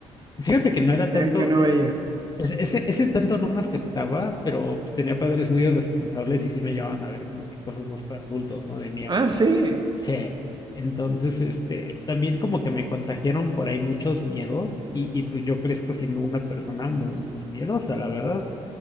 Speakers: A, on the left (about 25°); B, on the right (about 30°).
A: fíjate que no era tanto.
B: que, que uno veía.
A: O sea, ese, ese tanto no me afectaba, pero pues, tenía padres muy irresponsables y sí me llevaban a ver como que cosas más para adultos, ¿no? De miedo.
B: Ah, sí.
A: O sea, entonces, este, también como que me contagiaron por ahí muchos miedos y, y pues yo crezco siendo una persona muy, muy miedosa, la verdad.